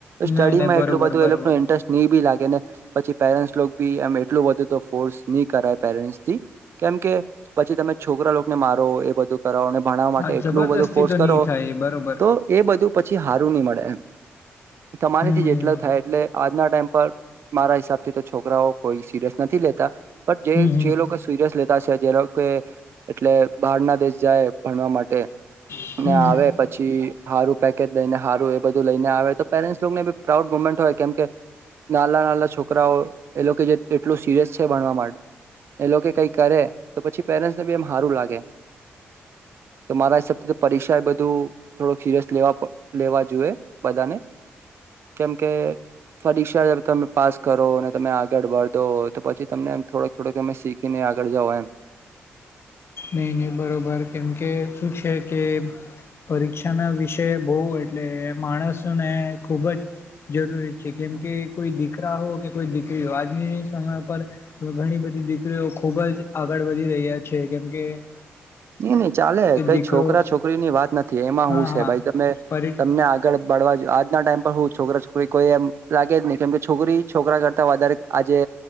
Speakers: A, on the right (about 60°); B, on the left (about 55°).
A: સ્ટડીમાં
B: નહી નહી બરોબર
A: એટલું બધું
B: બરોબર
A: એ લોકો ન ઈન્ટરેસ્ટ ની બી લાગે ને પછી પેરેન્ટસ લોક બી એમ એટલું બધું તો ફોર્સ ની કરાય પેરેન્ટસ થી કેમ કે પછી તમે છોકરા લોકોને મારો એ બધું ભણવા
B: હા
A: માટે એટલું
B: જબરદસ્તી
A: બધું ફોર્સ
B: તો
A: કરો
B: નહી થાય એ બરોબર
A: તો એ બધું પછી હારું ની મળે તમારીથી
B: હમ
A: જેટલા થાય એટલે આજના ટાઈમ પર મારા હિસાબ થી તો છોકરાઓ કોઈ સિરિયસ નથી લેતા પણ જે
B: હમ હમ
A: જે લોકો સીરિયસ લે અછા કે જે લોકો એટલે બહાર ના દેશ જાય ભણવા માટે
B: હમ
A: ને આવે
B: નહી
A: પછી હારું પેકેટ લઈ ને હારું બધું લઈને આવે તો પેરેન્ટ્સ લોકોને બી પ્રાઉડ મુવમેન્ટ હોય કેમ કે નાલા નાલા છોકરાઓ એ લોકો જે એટલું સિરિયસ છે ભણવા માટે એ લોકો કંઈ કરે તો પછી પેરેન્ટ્સને બી એમ હારું લાગે. તો મારા હિસાબથી પરીક્ષા એ બધું થોડુંક સિરિયસ લેવા લેવા જોઈએ. બધાને કેમ કે પરીક્ષા તમે પાસ કરો અને તમે આગળ વધો તો પછી તમને થોડક થોડક તમે શીખીને આગળ જાઓ એમ.
B: નહી નહી બરોબર કેમકે શું છે કે પરીક્ષા ના વિષય બઉ એટલે માણસને ખુબ જ જરૂરી છે કેમ કે કોઈ દીકરા હો કે કોઈ દીકરી હો, આજની સમય ઉપર ઘણી બધી દી કરીઓ ખુબ જ આગળ વધી રહ્યા છે. કેમ કે
A: ની ની ચાલે, કઈ
B: દીકરો
A: છોકરા છોકરી ની વાત નથી, એમાં
B: હા
A: હું છે
B: હા
A: ભાઈ તમે
B: પરી
A: તમને આગળ બળવા આજના ટાઈમ પર હું છોકરા છોકરી કોઈ એમ લાગે જ ની કેમકે છોકરી, છોકરા કરતા વધારે આજે